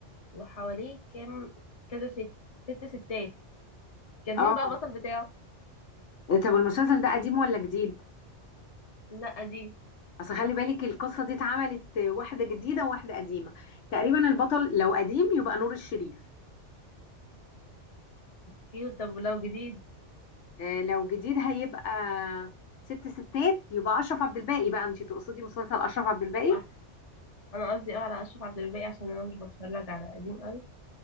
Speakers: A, on the left; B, on the left.
A: وحواليه كام كذا ست ست ستات كان
B: اه
A: مين بقى البطل بتاعه
B: إيه، طب المسلسل ده قديم ولا جديد؟
A: لا دي
B: اصل خلي بالك القصة دي اتعملت واحدة جديدة وواحدة قديمة تقريبا البطل لو قديم يبقى نور الشريف
A: كيوت طب ولو جديد
B: آه، لو جديد هيبقى ست ستات يبقى اشرف عبد الباقي بقى انت تقصدي مسلسل اشرف عبد الباقي؟
A: صح انا قصدي اه على اشرف عبد الباقي عشان انا مش بتفرج على قديم قوي